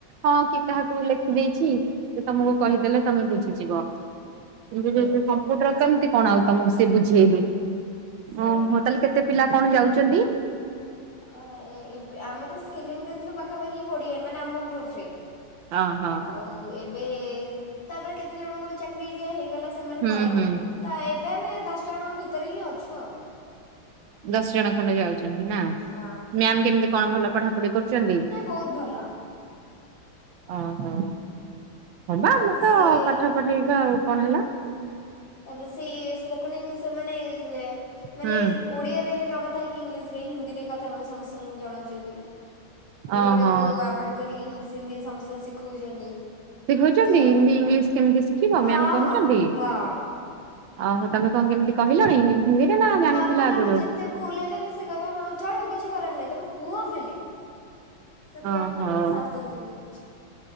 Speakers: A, on the right (about 75°); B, on the left (about 40°).
A: ହଁ କି କାହା ତୁ ଲେଖିଦେଇଛି, ସେ ତମକୁ କହିଦେଲେ ତମେ ବୁଝିଯିବ। <unintelligible>
B: ସେଇଆ
A: କମ୍ପୁଟର କେମିତି କଣ ଆଉ ତମକୁ ସିଏ ବୁଝେଇବେ।
B: ସେୟା।
A: ଓହୋ ତାହେଲେ କେତେ ପିଲା କଣ ଯାଉଛନ୍ତି?
B: ଅ ଏବେ ଆମେ ତ ସ୍କିଲିଂରେ ଥିଲୁ ବା ପାଖପଖି କୋଡିଏ ମାନେ ଆମ ଗ୍ରୁପରେ,
A: ଓହୋ
B: ଆଉ ଏ ବେ ତାପରେ କେତେଜଣଙ୍କ ଚାକିରୀ କା ହେଇଗଲା ସେମାନେ
A: ହୁଁ
B: ପଳେଇଲେ।
A: ହୁଁ
B: ତ ଏବେ ଆମେ ଦଶ ଜଣଙ୍କ ଭିତରେ ହିଁ ଅଛୁ ଆଉ।
A: ଦଶ ଜଣ ଖଣ୍ଡେ ଯାଉଛନ୍ତି ନା,
B: ହଁ।
A: ମ୍ୟାମ୍ କେମ୍ତି କଣ ଭଲ ପଢାପଢି କରୁ ଛନ୍ତି,
B: ନାଇଁ ବହୁତ ଭଲ।
A: ଓହୋ। ହଁବା
B: ତାପରେ
A: ଆମର ତ
B: ସିଏ
A: ପାଠ ପଢେଇବା ଆଉ, କଣ ହେଲା?
B: ତାପରେ ସେ ସ୍ପୋକନ୍ ଇଂଲିଶରେ ମାନେ-ମାନେ
A: ହୁଁ।
B: ଓଡ଼ିଆରେ ନକଥା ହେଇକି ଇଂଲିଶରେ ହିନ୍ଦୀରେ କଥା ହବାକୁ ସମସ୍ତଙ୍କୁ ଜଣାଉଛନ୍ତି।
A: ଓହୋ
B: ଓଡ଼ିଆଟାକୁ ଆଭଏଡ୍ କରିକି ଇଂଲିଶ ହିନ୍ଦୀ ସମସ୍ତଙ୍କୁ ଶିଖଉଚନ୍ତି।
A: ଶିଖଉଛନ୍ତି
B: ଏମ୍ତି ଆଉ,
A: ହିନ୍ଦୀ ଇଂଲିଶ କେମିତି ଶିଖିବ
B: ହଁ-ହଁ-ହଁ।
A: ମ୍ୟାମ କହୁଛନ୍ତି? ଓହୋ ତମେ କଣ କେମ୍ତି କହିଲଣି? ହିନ୍ଦୀରେ ନା ଜାଣିଥିଲ
B: ନର୍ମାଲ୍
A: ଆଗରୁ?
B: ଆମେ ଯେତେ ଭୁଲ୍ ହେଲେ ବି ସେ କହିବେ ହଁ ଚଳିବ କିଛି ଖରାପ୍ ନାହିଁ ତମେ କୁହ ଖାଲି। ସେତିକି
A: ଓହୋ
B: ଆମୁକୁ ସାହସ୍ ଦଉଚନ୍ତି।